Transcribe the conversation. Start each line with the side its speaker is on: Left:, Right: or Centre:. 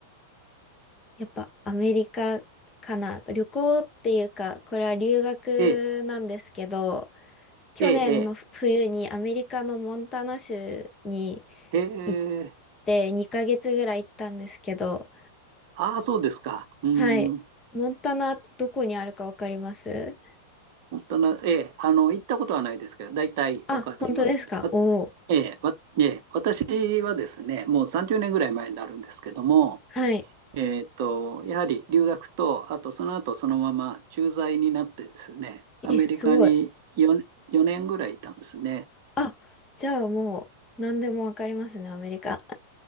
Left: やっぱアメリカかな。旅行っていうか、これは留学なんですけど、
Right: ええ、
Left: 去年の冬にアメリカのモンタナ州に
Right: ええ、ええ、へえ
Left: 行って2ヶ月ぐらい行ったんですけど、
Right: ああ、そうですか。うん、
Left: はい。モンタナ、どこにあるかわかります
Right: 本当な、ええ、あの、行ったことはないですけど、大体わかります。
Left: あ、本当ですかおおー。
Right: わええ、わええ、私はですね、もう30年ぐらい前になるんですけども、
Left: はい。
Right: えーっと、やはり留学と、あとその後そのまま駐在になってですね、アメリカに4、
Left: え、すごい。
Right: 4年ぐらいいたんですね。
Left: あ、じゃあもう、何でもわかりますね、アメリカ。